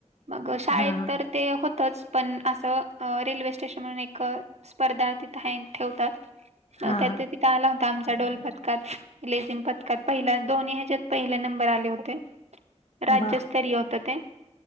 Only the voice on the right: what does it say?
मग शाळेत
तर ते होतंच पण असं रेल्वे स्टेशन म्हणून एक स्पर्धा तिथं हँग ठेवतात मग
त्यात
तिथे आला होता आमचा ढोल पथकात. लेझिम पथकात पहिला दोन्ही ह्याच्यात पहिले नंबर आले होते. राज्यस्तरीय
होतं ते